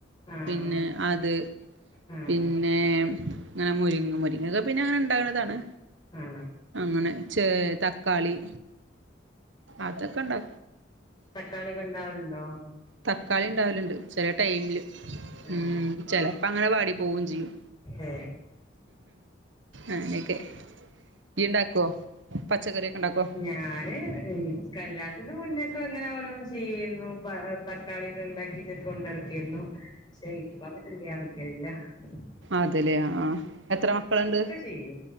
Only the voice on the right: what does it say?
പിന്നെ അത്
പിന്നെ ഇങ്ങനെ മുരിങ്ങ മ തൊക്കെ പിന്നെ അങ്ങനെ ണ്ടാക്ന്നതാണ്
അങ്ങനെ ചെ തക്കാളി അതൊക്കെ ണ്ടാ
തക്കാളി ണ്ടാവല്ണ്ട് ചെല ടൈമില്
ഉം ചെലപ്പോ അങ്ങനെ വാടി പോവും ചെയ്യും
അങ്ങനെയൊക്കെ യ്യ് ണ്ടാക്കോ പച്ചക്കറിയൊക്കെ ണ്ടാക്കോ
അതേല്ലെ ആഹ് എത്ര മക്കളിണ്ട്